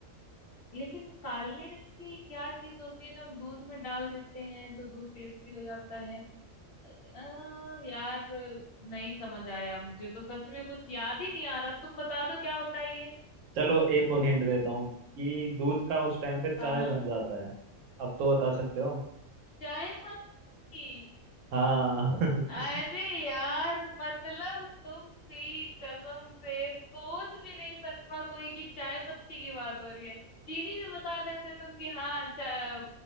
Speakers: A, on the left; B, on the right.
A: लेकिन काले रंग की क्या चीज होती है जो हम दूध में डाल देते हैं तो दूध टेस्टी हो जाता है आ, यार नहीं समझ आया मुझे तो सच में कुछ याद ही नहीं आ रहा तुम बता दो क्या होता है ये
B: चलो एक और हिंट देता हूँ कि दूध का उस टाइम पे चाय
A: हाँ हाँ
B: बन जाता है अब तो बता सकते हो
A: चाय पत्ती
B: हाँ <laughs>
A: अरे यार मतलब तुम भी कसम से सोच भी नहीं सकता कोई कि चाय पत्ती की बात हो रही है चीनी भी बता देते तुम कि हाँ चा-